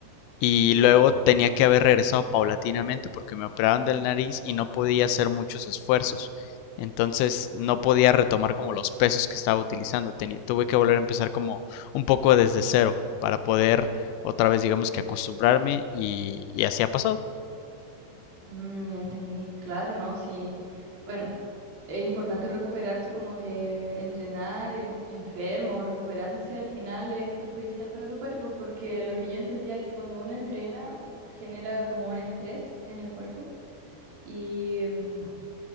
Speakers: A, on the left (about 85°); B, on the right (about 55°).
A: y
B: Uy,
A: luego tenía que haber regresado paulatinamente porque me operaron de la nariz y no podía hacer muchos esfuerzos. Entonces no podía retomar como los pesos que estaba utilizando. Tenía, tuve que volver a empezar como un poco desde cero para poder otra vez digamos que acostumbrarme y, y así ha pasado.
B: Mm, entendí. Claro, ¿no? Sí. Bueno, es importante recuperarse, como que entrenar en, enfermo, recuperándose al final es perjudicial para tu cuerpo, porque lo que yo entendía es que cuando uno entrena, uno genera como un estrés en el cuerpo y mm,